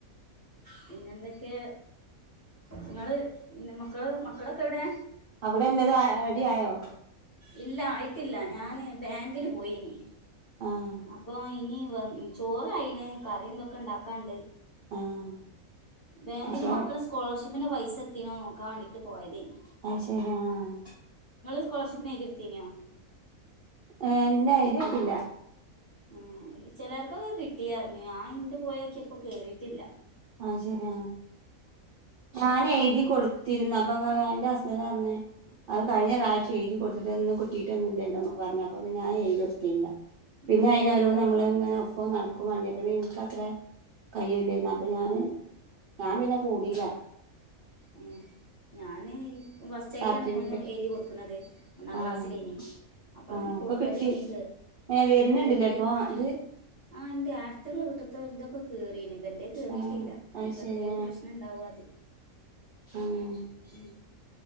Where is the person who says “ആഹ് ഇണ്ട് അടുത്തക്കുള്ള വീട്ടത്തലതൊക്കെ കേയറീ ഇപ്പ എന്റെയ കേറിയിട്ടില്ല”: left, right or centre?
Left